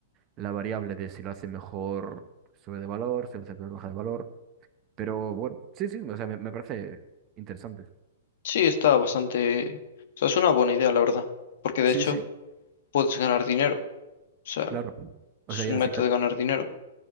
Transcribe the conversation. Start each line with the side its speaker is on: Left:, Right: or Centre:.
Right: la variable de si lo hace mejor, sube de valor, si lo hace peor, baja de valor. Pero bueno, sí, sí, o sea, me, me parece interesante.
Left: Sí, está bastante... O sea, es una buena idea, la verdad. Porque de
Right: Sí,
Left: hecho
Right: sí,
Left: puedes ganar dinero. O sea,
Right: claro. O
Left: es
Right: sea, y
Left: un
Right: al
Left: método
Right: final,
Left: de ganar dinero.